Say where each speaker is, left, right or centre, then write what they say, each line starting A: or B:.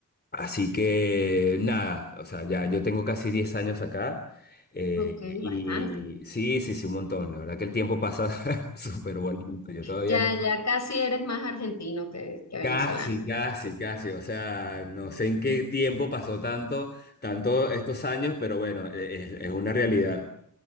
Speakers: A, on the left (about 30°); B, on the left (about 60°).
A: Así que nada, o sea, ya yo tengo casi 10 años acá eh,
B: Ok,
A: y
B: bastante.
A: sí, sí, sí, un montón. La verdad que el tiempo pasa <laughs> súper bonito. Yo todavía
B: Ya,
A: no.
B: ya casi eres más argentino que, que venezolano.
A: Casi, casi, casi. O sea, no sé en
B: <laughs>
A: qué tiempo pasó tanto, tanto estos años, pero bueno, e- es, es una realidad.